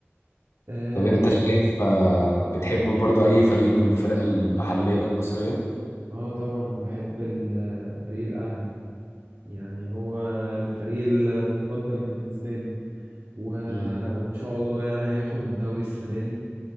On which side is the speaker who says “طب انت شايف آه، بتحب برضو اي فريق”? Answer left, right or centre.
Left